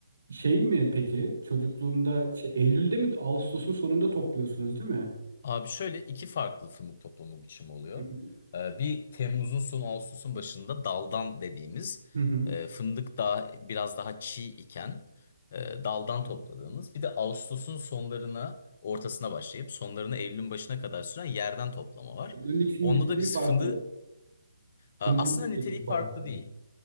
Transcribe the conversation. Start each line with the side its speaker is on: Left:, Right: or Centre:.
Right: Şey mi peki? Çocukluğunda şey, Eylül'de mi Ağustos'un sonunda topluyorsunuz değil mi?
Left: Abi şöyle iki farklı fındık toplama biçimi oluyor.
Right: Hı hı.
Left: Ee, bir Temmuz'un son Ağustos'un başında daldan dediğimiz
Right: Hı hı.
Left: e, fındık daha biraz daha çiğ iken e, daldan topladığımız. Bir de Ağustos'un sonlarına ortasına başlayıp sonlarına Eylül'ün başına kadar süren yerden toplama var.
Right: Bunların ikisinin
Left: Onda
Right: niteliği
Left: da biz
Right: farklı.
Left: fındığı a-
Right: Fındığın
Left: aslında
Right: niteliği
Left: niteliği
Right: farklı.
Left: farklı değil